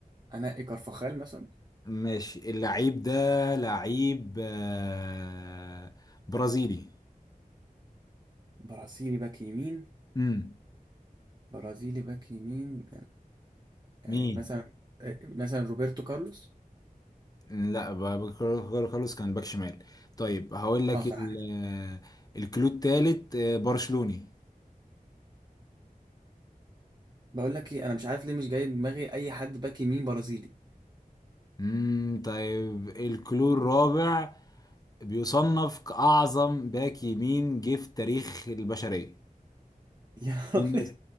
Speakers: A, on the right; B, on the left.
A: أنقي كارفاخال مثلا
B: ماشي اللعيب ده لعيب آه، برازيلي
A: برازيلي باك يمين
B: امم
A: برازيلي باك يمين يعني
B: مين
A: مثلا مثلا روبرتو كارلوس
B: لا ب- ب- خلاص كان باك شمال طيب هقول لك
A: اه صح
B: ال-
A: كده
B: آه، الكلو التالت آه، برشلوني
A: بقول لك ايه انا مش عارف ليه مش جاي دماغي اي حد باك يمين برازيلي
B: امم طيب الكلو الرابع بيصنف كأعظم باك يمين جه في تاريخ البشرية
A: <laughs> يا
B: في
A: رب.
B: ناس